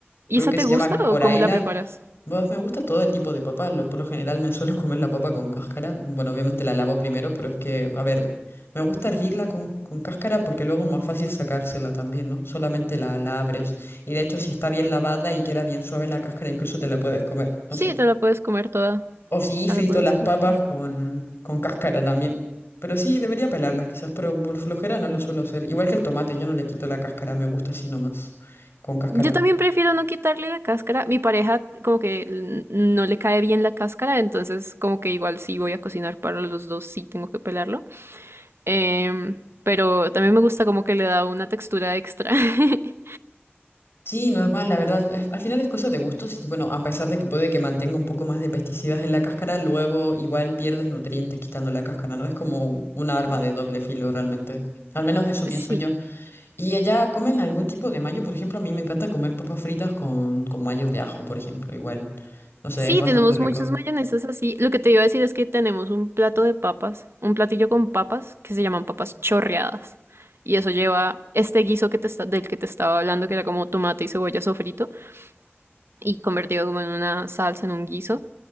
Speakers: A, on the right; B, on the left.
A: ¿y
B: Creo
A: esa
B: que
A: te
B: se
A: gusta
B: llama coraila.
A: o cómo la preparas?
B: Pues me gusta todo el tipo de papa. Lo, por lo general me suelo comer la papa con cáscara. Bueno, obviamente la lavo primero, pero es que, a ver, me gusta hervirla con, con cáscara porque luego es más fácil sacársela también, ¿no? Solamente la, la abres. Y de hecho, si está bien lavada y queda bien suave la cáscara, incluso te la puedes comer,
A: Sí,
B: no sé.
A: te la puedes comer toda.
B: O si
A: Te
B: frito
A: la puedes
B: las
A: comer
B: papas
A: toda.
B: con, con cáscara también. Pero sí, debería pelarlas quizás, pero por flojera no lo suelo hacer. Igual que el tomate, yo no le quito la cáscara, me gusta así nomás, con cáscara.
A: Yo también prefiero no quitarle la cáscara. Mi pareja como que n- no le cae bien la cáscara, entonces como que igual si voy a cocinar para los dos sí tengo que pelarlo. Em, pero también me gusta como que le da una textura extra. <laughs>
B: Sí, normal, la verdad. es- Al final es cosa de gustos y bueno, a pesar de que puede que mantenga un poco más de pesticidas en la cáscara, luego igual pierdes nutrientes quitando la cáscara, ¿no? Es como una arma de doble filo realmente. Al menos eso pienso
A: Sí.
B: yo. ¿Y allá comen algún tipo de mayo? Por ejemplo, a mí me encanta comer papas fritas con, con mayo de ajo, por ejemplo, igual. No sé,
A: Sí,
B: es bastante
A: tenemos
B: rico.
A: muchas mayonesas así. Lo que te iba a decir es que tenemos un plato de papas, un platillo con papas que se llaman papas chorreadas. Y eso lleva este guiso que te esta- del que te estaba hablando, que era como tomate y cebolla sofrito, y convertido como en una salsa, en un guiso.